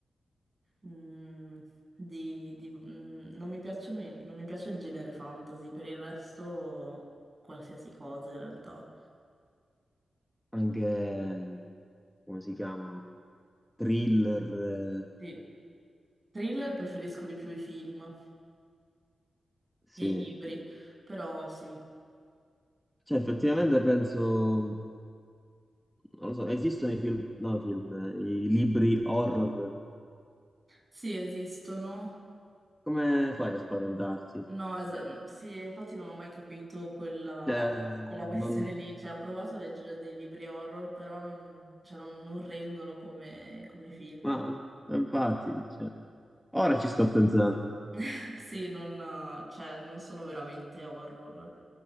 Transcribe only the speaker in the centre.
Anche, come si chiamano? Thriller, eh,
sì.
Cioè, effettivamente penso, mm, non lo so, esistono i film, no, i film, eh, i libri horror.
Come fai a spaventarti?
Cioè,
non-
ma infatti, cioè, ora ci sto pensando.